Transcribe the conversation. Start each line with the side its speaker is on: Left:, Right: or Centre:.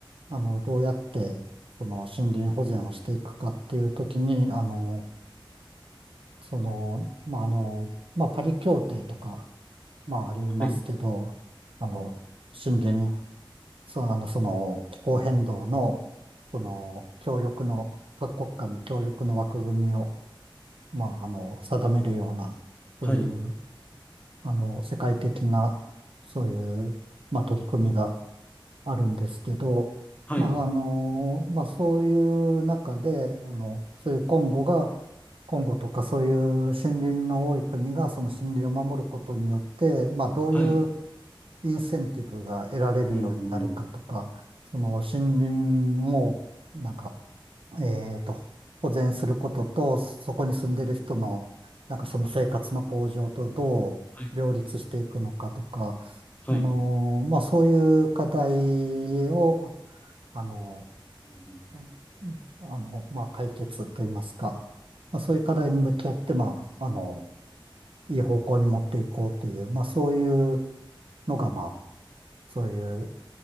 Right: あの、どうやって、その、森林保全をしていくかっていうときに、あの、その、まあ、あの、まあ、パリ協定とか、まあ、ありますけど、
Left: はい。
Right: あの、森林、その、あの、その、気候変動の、その、協力の、各国間の協力の枠組みを、まあ、あの、定めるような、そういう、
Left: はい。
Right: あの、世界的な、そういう、まあ、取り組みが、あるんですけど、
Left: はい。
Right: まあ、あの、まあ、そういう中で、あの、そういうコンゴが、コンゴとかそういう森林の多い国がその森林を守ることによって、まあ、どういう
Left: はい。
Right: インセンティブが得られるようになるかとか、
Left: うん。うん。
Right: その森林をなんかえーと、保全することと、そこに住んでる人の、なんかその生活の向上とどう両立していくのかとか、
Left: はい。はい。
Right: あのーまあそういう課題を、
Left: う
Right: あの
Left: ん
Right: ーあの、まあ解決といいますか、まあそういう課題に向き合って、まあ、あの、いい方向に持っていこうという、まあそういうのが、まあそういう